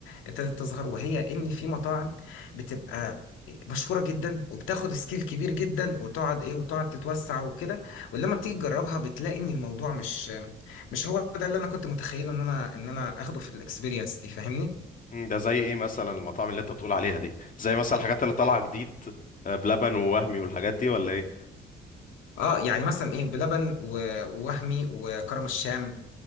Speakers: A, on the left (about 85°); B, on the left (about 40°).
A: ابتدت تظهر وهي ان في مطاعم بتبقى مشهوره جدا وبتاخد سكيل كبير جدا وتقعد ايه وتقعد تتوسع وكده ولما بتيجي تجربها بتلاقي ان الموضوع مش مش هو ده اللي انا كنت متخيله ان انا ان انا اخده في الاكسبيرينس دي فاهمني
B: مم، ده زي ايه مثلا المطاعم اللي انت بتقول عليها دي زي مثلا الحاجات اللي طالعه جديد آه، بلبن ووهمي والحاجات دي ولا ايه
A: اه يعني مثلا ايه بلبن و- ووهمي وكرم الشام